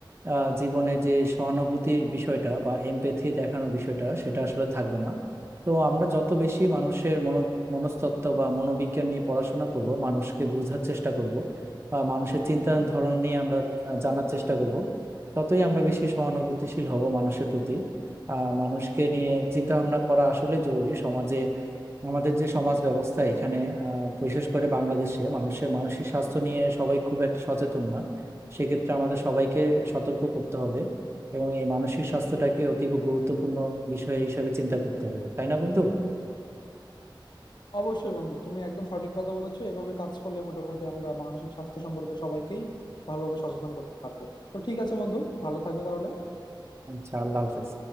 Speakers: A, on the right; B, on the left.
A: আহ, জীবনে যে সহানুভূতির বিষয়টা বা এমপ্যাথি দেখানোর বিষয়টা সেটা আসলে থাকবে না তো আমরা যত বেশি মানুষের মনো মনস্তত্ত্ব বা মনোবিজ্ঞান নিয়ে পড়াশোনা করব মানুষকে বোঝার চেষ্টা করব বা মানুষের চিন্তার ধরন নিয়ে আমরা আহ, জানার চেষ্টা করব ততই আমরা বেশি সহানুভূতিশীল হব মানুষের প্রতি আহ মানুষকে নিয়ে চিন্তা ভাবনা করা আসলে জরুরি সমাজে আমাদের যে সমাজ ব্যবস্থা এখানে আহ, বিশেষ করে বাংলাদেশে মানুষের মানসিক স্বাস্থ্য নিয়ে সবাই খুব একটা সচেতন না সেক্ষেত্রে আমাদের সবাইকে সতর্ক করতে হবে এবং এই মানসিক স্বাস্থ্যটাকে অতীব গুরুত্বপূর্ণ বিষয় হিসেবে চিন্তা করতে হবে তাই না বন্ধু
B: অবশ্যই বন্ধু তুমি একদম সঠিক কথা বলেছো এভাবে কাজ করলে মোটামুটি আমরা মানসিক স্বাস্থ্য সম্পর্কে সবাইকেই ভালোভাবে সচেতন করতে পারবো তো ঠিক আছে বন্ধু ভালো থাকো তাহলে
A: আচ্ছা আল্লাহ হাফেজ